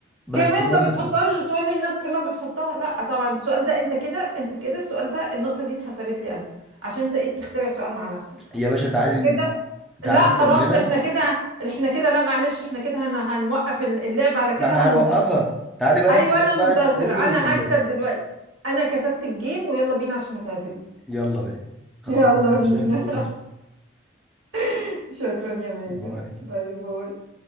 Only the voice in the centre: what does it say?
بس
ماشي
يا باشا تعالي
تعالي
نكملها
ما احنا
هنوقفها تعالي بقى
نكملها
بقى ننزل
ونكملها
يلا بينا خلصنا
يا
باشا. يلا
باي